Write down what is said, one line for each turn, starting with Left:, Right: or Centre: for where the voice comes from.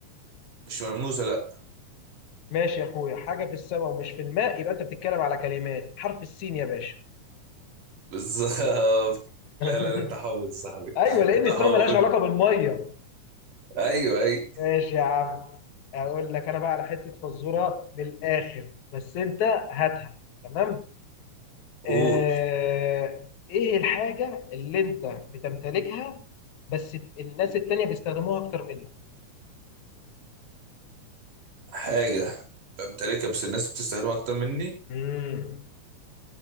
Right: مش ملموسه لا
Left: ماشي يا اخويا حاجه في السماء ومش في الماء يبقى انت بتتكلم على كلمات حرف السين يا باشا
Right: <laughs> بالظبط لا لا
Left: <laughs>
Right: لا انت حافظ يا صاحبي
Left: ايوه لان
Right: انت
Left: السماء
Right: حافظ
Left: ملهاش علاقه بالميه
Right: ايوه اي
Left: ماشي يا عم اقول لك انا بقى على حته فزوره بالاخر بس انت هاتها تمام
Right: قول
Left: آه، ايه الحاجة اللي انت بتمتلكها بس الناس التانية بيستخدموها اكتر منك
Right: حاجه بمتلكها بس الناس بتستخدمها اكتر مني
Left: امم